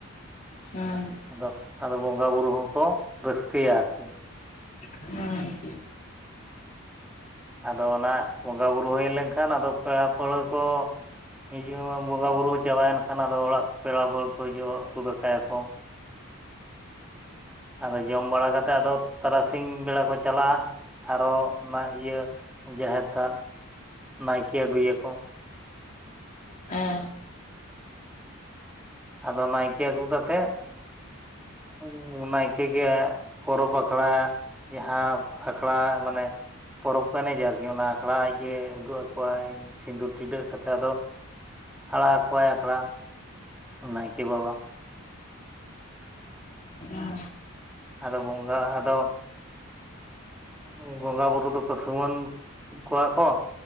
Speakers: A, on the left (about 35°); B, in the centre.
A: ᱦᱩᱸ
B: ᱟᱫᱚ ᱟᱫᱚ ᱵᱚᱸᱜᱟ ᱵᱩᱨᱩ ᱦᱚᱸᱠᱚ ᱨᱟᱹᱥᱠᱟᱹᱭᱟ ᱟᱨ ᱠᱤ
A: ᱦᱩᱸ᱾
B: ᱟᱫᱚ ᱚᱱᱟ ᱵᱚᱸᱜᱟ ᱵᱩᱨᱩ ᱦᱳᱭ ᱞᱮᱱᱠᱷᱟᱱ, ᱟᱫᱚ ᱯᱮᱲᱟ ᱯᱟᱹᱲᱦᱟᱹ ᱠᱚ ᱦᱤᱡᱩᱟᱢ ᱵᱚᱸᱜᱟ ᱵᱩᱨᱩ ᱪᱟᱵᱟᱭᱮᱱ ᱠᱷᱟᱱ, ᱟᱫᱚ ᱚᱲᱟᱜ ᱯᱮᱲᱟ ᱦᱚᱲ ᱠᱚ ᱦᱤᱡᱩᱜᱼᱟ, ᱩᱛᱩ ᱫᱟᱠᱟ ᱭᱟᱠᱚ᱾ ᱟᱫᱚ ᱡᱚᱢ ᱵᱟᱲᱟ ᱠᱟᱛᱮᱜ, ᱟᱫᱚ ᱛᱟᱨᱟᱥᱤᱧ ᱵᱮᱲᱟ ᱠᱚ ᱪᱟᱞᱟᱜᱼᱟ ᱟᱨᱚ ᱚᱱᱟ ᱤᱭᱟᱹ ᱡᱟᱦᱮᱨ ᱛᱷᱟᱱ ᱱᱟᱭᱠᱮ ᱟᱜᱩᱭ ᱭᱟᱠᱚ᱾
A: ᱮᱸ
B: ᱟᱫᱚ ᱱᱟᱭᱠᱮ ᱟᱜᱩ ᱠᱟᱛᱮᱜ᱾ ᱩ ᱩᱸ ᱱᱟᱭᱠᱮ ᱜᱮ ᱯᱚᱨᱚᱵᱽ ᱟᱠᱷᱲᱟ ᱡᱟᱦᱟᱸ ᱟᱠᱷᱲᱟ, ᱢᱟᱱᱮ ᱯᱚᱨᱚᱵᱽ ᱠᱚ ᱮᱱᱮᱡᱟ ᱟᱨᱠᱤ ᱚᱱᱟ ᱟᱠᱷᱲᱟ ᱟᱡᱜᱮ ᱩᱫᱩᱜ ᱟᱠᱚᱣᱟᱭ ᱥᱤᱸᱫᱩᱨ ᱴᱤᱰᱟᱹᱜ ᱠᱟᱛᱮᱛ, ᱟᱫᱚ ᱟᱲᱟᱜ ᱟᱠᱚᱣᱟᱭ ᱟᱠᱷᱲᱟ ᱱᱟᱭᱠᱮ ᱵᱟᱵᱟ᱾
A: ᱩᱸᱦᱢ <unintelligible>
B: ᱟᱫᱚ ᱵᱚᱸᱜᱟ ᱟᱫᱚ ᱩᱸ ᱵᱚᱸᱜᱟ ᱵᱩᱨᱩ ᱫᱚᱠᱚ ᱥᱚᱢᱟᱹᱱ ᱠᱚᱣᱟ ᱠᱚ᱾